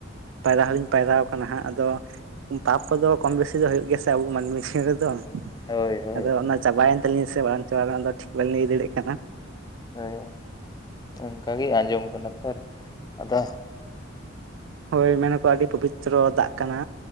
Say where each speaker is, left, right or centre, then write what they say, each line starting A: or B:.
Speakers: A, on the right (about 70°); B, on the left (about 20°).
A: ᱯᱟᱭᱨᱟ ᱦᱚᱞᱤᱧ ᱯᱟᱭᱨᱟᱣ ᱠᱟᱱᱟ ᱦᱟᱸᱜ ᱟᱫᱚ᱾ ᱯᱟᱯ ᱠᱚᱫᱚ ᱠᱚᱢ ᱵᱤᱥᱤ ᱫᱚ ᱦᱩᱭᱩᱜ ᱜᱮᱭᱟ ᱥᱮ ᱟᱵᱚ ᱢᱟᱹᱱᱢᱤ ᱡᱤᱭᱚᱱ ᱨᱮᱫᱚ᱾ ᱫᱚ,
B: ᱦᱳᱭ ᱦᱳᱭ
A: ᱟᱫᱚ ᱚᱱᱟ ᱪᱟᱵᱟᱭᱮᱱ ᱛᱟᱹᱟᱞᱤᱧᱟ ᱥᱮ ᱵᱟᱝ ᱪᱟᱵᱟ ᱞᱮᱱᱟ, ᱚᱱᱟ ᱫᱚ ᱴᱷᱤᱠ ᱵᱟᱹᱞᱤᱧ ᱟᱹᱭ ᱫᱟᱲᱮᱭᱟᱜ ᱠᱟᱱᱟ᱾
B: ᱦᱳᱭ, ᱚᱜᱠᱟᱜᱮ ᱟᱸᱡᱚᱢ ᱠᱟᱱᱟ ᱯᱚᱨ ᱟᱫᱚ
A: ᱦᱳᱭ, ᱢᱮᱱᱟᱠᱚ ᱟᱹᱰᱤ ᱯᱚᱵᱤᱛᱨᱚ ᱫᱟᱜ ᱠᱟᱱᱟ,